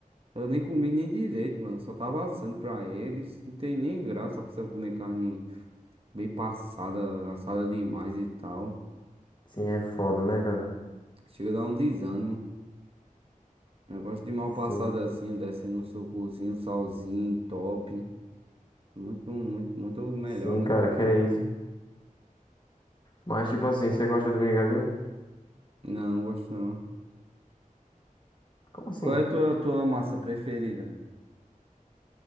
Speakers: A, on the right (about 40°); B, on the left (about 35°).
A: Eu nem comi nem direito, mano. Só tava assando pra eles. Não tem nem graça pra você comer carne bem passada, assada demais e tal.
B: Sim, é foda, né, cara?
A: Chega a dar um desânimo. Eu gosto de mal
B: Sim.
A: passada assim, descendo um sucozinho, um salzinho, top. Muito, muito, muito melhor,
B: Sim,
A: né?
B: cara,
A: No
B: que
A: caso.
B: é isso. Mas, tipo assim, você gosta do brigadeiro?
A: Não, gosto não.
B: Como assim?
A: Qual é a tua, tua massa preferida?